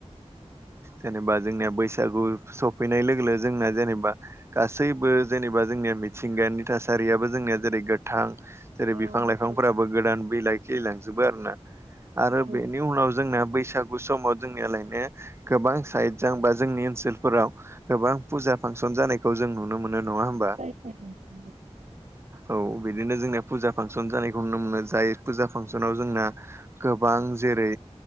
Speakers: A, on the right (about 25°); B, on the right (about 85°).
A: जेनेबा जोंनिया बैसागु सफैनाय लोगो लोगो जोंना जेनेबा गासैबो जेनेबा जोंनिया मिथिंगानि थासारियाबो जोंनिया जेरै थां जेरै
B: औ
A: बिफां
B: नंगौ
A: लाइफांफोराबो गोदान बिलाइ खिलिलांजोबो आरो ना आरो
B: औ
A: बेनि उनाव जोंना बैसागु समाव जोंनियालायनो गोबां साइड जाबा जोंनि ओनसोलफोराव गोबां फुजा फांसन जानाय खौ जों नुनो मोनो नङा होमबा
B: सैथो नोंथां
A: औ बिदिनो जोंना फुजा फांसन जानायखौ नुनो मोनो जाय फुजा फांसनाव जोंना गोबां जेरै